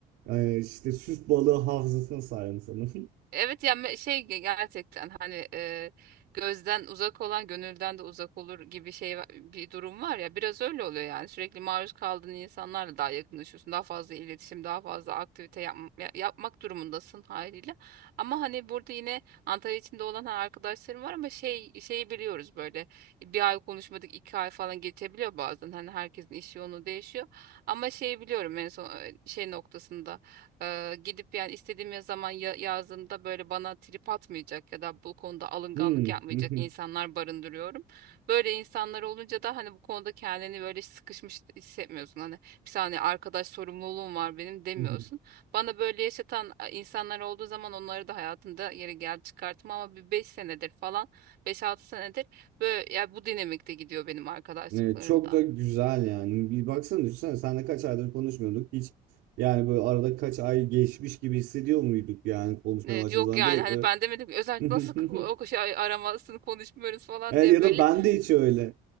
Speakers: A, on the right; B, on the right.
A: e, işte süs balığı hafızasına sahibim sanırım.
B: Evet ya me- şey ge- gerçekten hani e, gözden uzak olan gönülden de uzak olur gibi şey va- bir durum var ya biraz öyle oluyor yani sürekli maruz kaldığın insanlarla daha yakınlaşıyorsun daha fazla iletişim daha fazla aktivite yapm- ya- yapmak durumundasın haliyle ama hani burada yine Antalya içinde olan hani arkadaşlarım var ama şey şeyi biliyoruz böyle bir ay konuşmadık iki ay falan geçebiliyor bazen hani herkesin iş yoğunluğu değişiyor ama şeyi biliyorum en son e, şey noktasında ee, gidip yani istediğim zaman ya- yazdığımda böyle bana trip atmayacak ya da bu konuda alınganlık
A: <laughs>
B: yapmayacak insanlar barındırıyorum. Böyle insanlar olunca da hani bu konuda kendini böyle sıkışmış hissetmiyorsun. Hani bir saniye arkadaş sorumluluğum var benim demiyorsun.
A: Hı hı.
B: Bana böyle yaşatan e, insanlar olduğu zaman onları da hayatımda yeri gel çıkarttım ama bir beş senedir falan beş altı senedir böyle ya bu dinamikte gidiyor benim arkadaşlıklarımda.
A: Evet, çok da güzel yani. Bir baksana düşünsene senle kaç aydır konuşmuyorduk hiç. Yani böyle arada kaç ay geçmiş gibi hissediyor muyduk yani konuşmaya
B: Evet,
A: başladığımız
B: yok
A: zaman
B: yani
A: direkt
B: hani
A: böyle.
B: ben demedim ki özellikle
A: <laughs>
B: nasıl k- o şey aramasını konuşmuyoruz falan
A: Evet
B: diye
A: ya
B: böyle
A: da ben de hiç öyle.